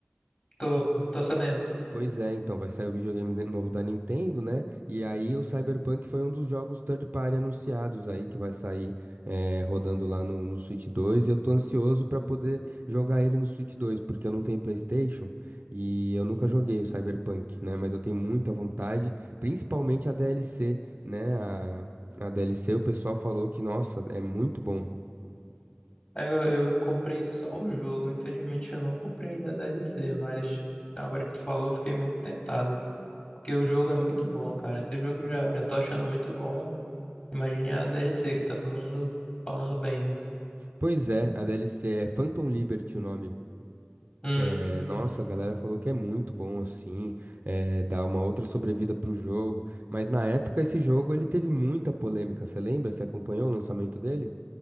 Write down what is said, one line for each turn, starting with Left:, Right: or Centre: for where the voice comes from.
Left: Tô, tô sabendo.
Right: Pois é, então vai sair o videogame de- novo da Nintendo, né? E aí o Cyberpunk foi um dos jogos third party anunciados aí que vai sair eh, rodando lá no, no Switch dois E eu tô ansioso pra poder jogar ele no Switch dois porque eu não tenho PlayStation e eu nunca joguei o Cyberpunk, né? Mas eu tenho muita vontade, principalmente a DLC, né? A, a DLC o pessoal falou que, nossa, é muito bom.
Left: Aí Eu, eu comprei só o jogo, infelizmente eu não comprei ainda a DLC, mas agora que tu falou, eu fiquei muito tentado. Porque o jogo é muito bom, cara. Esse jogo já, já tô achando muito bom. Imagine a DLC que tá todo mundo falando bem, né?
Right: Pois é, a DLC é Phantom Liberty o nome.
Left: Uhum.
Right: É, nossa, a galera falou que é muito bom assim, é, dá uma outra sobrevida pro jogo. Mas na época esse jogo ele teve muita polêmica, você lembra? Você acompanhou o lançamento dele?